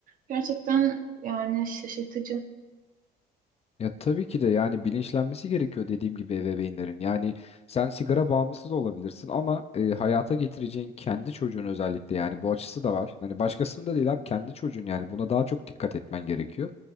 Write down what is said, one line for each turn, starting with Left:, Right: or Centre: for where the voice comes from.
Right: Gerçekten yani şaşırtıcı.
Left: Ya tabii ki de yani bilinçlenmesi gerekiyor dediğim gibi ebeveynlerin. Yani sen sigara bağımlısı da olabilirsin ama e, hayata getireceğin kendi çocuğun özellikle yani bu açısı da var. Yani başkasının da değil abi kendi çocuğun yani buna daha çok dikkat etmen gerekiyor.